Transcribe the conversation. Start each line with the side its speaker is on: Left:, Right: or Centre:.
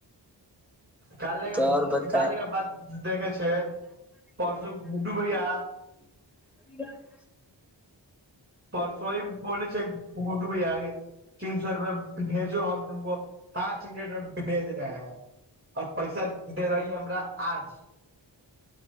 Right: काल ल
Centre: तऽ आओर बताय
Right: काल लके बाद देखे छै परसु गुड्डू भैया
Centre: <unintelligible>
Right: परसहि बो छै गुड्डू भैया के तीन सो रुपए भेजो हम तुमको पाँच मिनट मे भेज रहे है आओर पैसा दे रहली हमरा आज